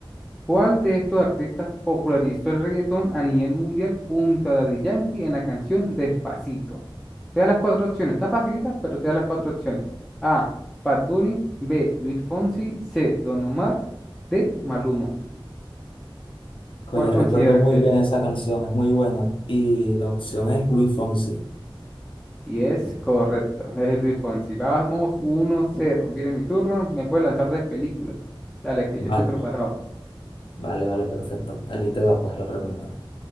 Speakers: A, in the centre; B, on the left.
A: ¿Cuál de estos artistas popularizó el reggaetón a nivel mundial junto a Daddy Yankee en la canción Despacito? Te da las cuatro opciones, está facilita, pero te da las cuatro opciones. A. Bad Bunny, B. Luis Fonsi, C. Don Omar, D. Maluma.
B: Oye,
A: ¿Cuál consideras
B: recuerdo muy
A: que
B: bien
A: es?
B: esa canción, es muy buena. Y la opción es Luis Fonsi.
A: Y es correcto, es Luis Fonsi. Vamos 1-0. Viene mi turno, me puede lanzar de películas. Dale, que yo estoy
B: Vale,
A: preparado.
B: vale, vale, perfecto. Allí te va, pues, la pregunta.